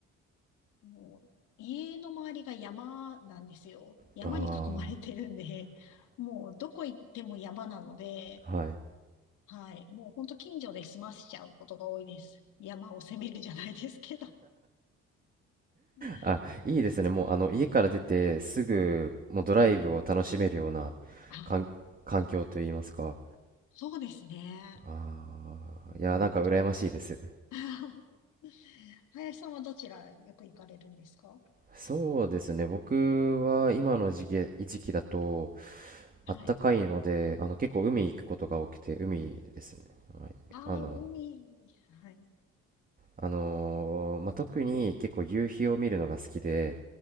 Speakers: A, on the left; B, on the right.
A: もう、家の周りが山なんですよ。山に囲まれてるんで、
B: あ
A: もう、どこ行っても山なので、
B: あー。はい
A: はい。もうほんと近所で済ませちゃうことが多いです。山を攻めるじゃないですけど。<laughs>
B: あ、いいですね。もうあの家から出てすぐもうドライブを楽しめるような
A: あ、
B: 環、環境といいますか。
A: そうですね。
B: ああ、
A: うん、
B: いや、なんか羨ましいです。
A: と <laughs> 林さんはどちらよく行かれるんですか
B: そうですね。僕は今の時期、時期だと
A: はい。
B: あったかいので、あの結構海行くことが多くて、
A: うん
B: 海ですね。はい、
A: ああー、
B: あの、
A: 海。はい。
B: あのーまあ、特に結構夕日を見るのが好きで、